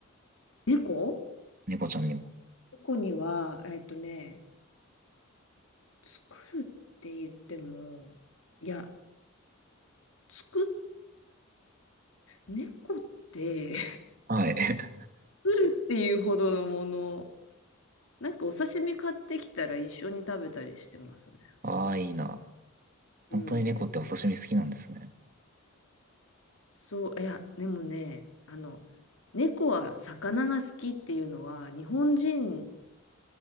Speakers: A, on the left; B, on the right.
A: 猫
B: 猫ちゃんにも。
A: 猫には、えっとね、作るって言っても、いや、作っ、猫って、
B: はい。<laughs>
A: <laughs> 作るっていうほどのもの、なんかお刺身買ってきたら一緒に食べたりしてますね。
B: ああ、いいな。本当に猫ってお刺身好きなんですね。
A: うん。そう、いや、でもね、あの、猫は魚が好きっていうのは、日本人